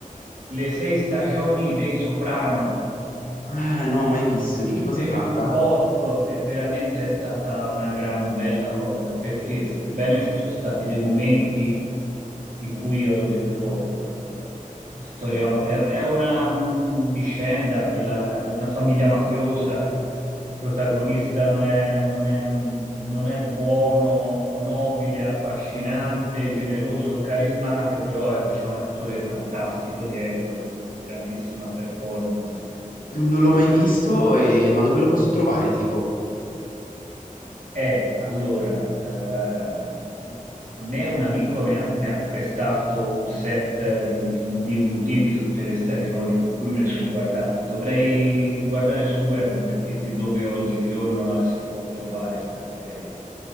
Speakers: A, on the right (about 65°); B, on the left (about 80°).
A: le sei stagioni dei Soprano
B: Ah, no, mai visto. Di
A: tutte
B: che cosa
A: in
B: tratta?
A: un botto e veramente è stata una gran bella cosa perché sebbene ci sono stati dei momenti in cui ho detto, Madonna, la storia è, è una mh, vicenda, quella, è una famiglia mafiosa, il protagonista non è, non è- non è buono, nobile, affascinante, generoso, carismatico, però eh, c'è un attore fantastico dietro, una grandissima performance.
B: Non l'ho mai visto,
A: E
B: e- ma dove lo posso trovare, tipo?
A: Eh, allora, eh, a a me un amico mi ha, mi ha prestato un set in, in DVD di tutte le stagioni, per cui me le sono guardate. Dovrei guardare sul web per dirti dove oggigiorno la si può trovare sta serie.